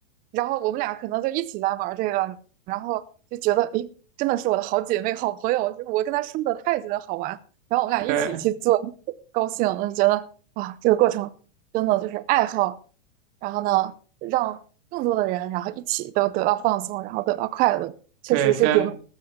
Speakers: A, on the right; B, on the right.
A: 然后我们俩可能就一起来玩儿这个，然后就觉得，诶，真的是我的好姐妹、好朋友，我跟她说的，她也觉得好玩，然后我们俩一起去做，
B: 对
A: 高兴，我就觉得哇，这个过程真的就是爱好，然后呢，让更多的人，然后一起都得到放松，然后得到快乐，确实是挺。
B: 对，真